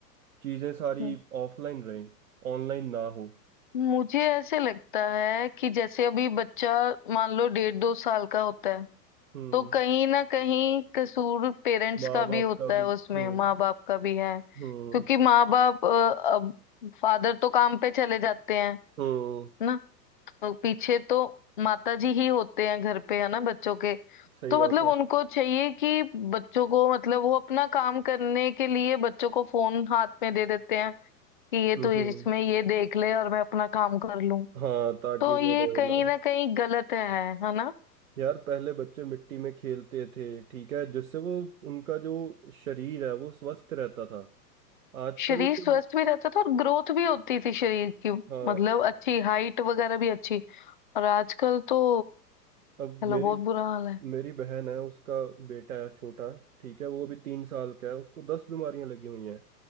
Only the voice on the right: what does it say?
चीजें सारी
ऑफलाइन रहें ऑनलाइन ना हो
हम्म
माँ
बाप
का
भी
हम्म
हम्म
हम्म
सही
बात
है
हम्म
हम्म
हाँ ताकि
वो
रोए
ना
यार पहले बच्चे मिट्टी में खेलते थे ठीक है जिससे वो उनका जो शरीर है वो स्वस्थ रहता था आजकल
के
हाँ
अब
मेरी
मेरी बहन है उसका बेटा है छोटा ठीक है वो अभी तीन साल का है उसको दस बीमारियां लगी हुई हैं